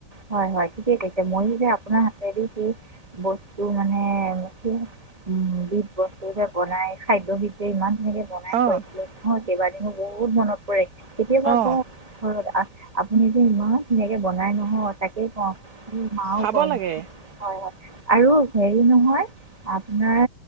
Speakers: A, on the right; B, on the right.
A: হয়, হয়, ঠিকে কৈছে, মইয়ো যে, আপোনাৰ হাতেদি কি বস্তু মানে <unintelligible> বস্তু যে বনাই খাদ্য যে ইমান ধুনীয়াকে বনাই
B: অ
A: খুৱাইছিলে নহয়, কেবাদিনো বহুত মনত পৰে, কেতিয়াবা
B: অ
A: আকৌ ঘৰত, আপুনি যে ইমান ধুনীয়াকে বনাই নহয়। অ', কওঁ, মোৰ মাও
B: খাব
A: কয়,
B: লাগে
A: হয়, হয় আৰু, হেৰি নহয় আপোনাৰ